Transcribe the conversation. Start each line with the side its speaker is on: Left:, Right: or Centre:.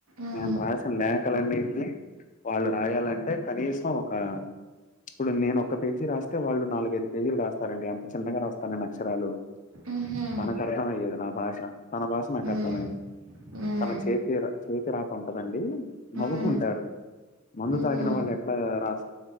Right: ఉమ్
Left: నేను రాసిన లేఖలన్నిట్నీ వాళ్ళు రాయాలంటే కనీసం ఒక ఇప్పుడు నేను ఒక పేజీ రాస్తే వాళ్ళు నాలుగైదు పేజీలు రాస్తారండి అంత చిన్నగా రాస్తా నేన్ అక్షరాలు
Right: ఉహూ
Left: తనకర్థమయ్యేది నా భాష తన భాష నాకు
Right: ఉమ్
Left: అర్థమయ్యేది
Right: ఉమ్
Left: తన చేతి ర చేతి రాత ఉంటదండి నవ్వుకుంటారు
Right: ఉమ్
Left: మందు
Right: ఉహూ
Left: తాగిన వాళ్ళు ఎట్లా రాస్